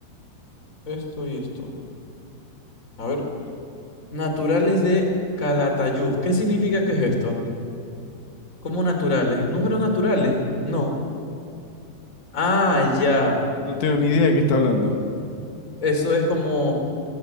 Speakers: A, on the left (about 20°); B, on the left (about 80°).
A: esto y esto. A ver. Naturales de Calatayud. ¿Qué significa que es esto? ¿Cómo naturales? ¿Números naturales? No. Ah, ya.
B: No tengo ni idea de qué está hablando.
A: Eso es como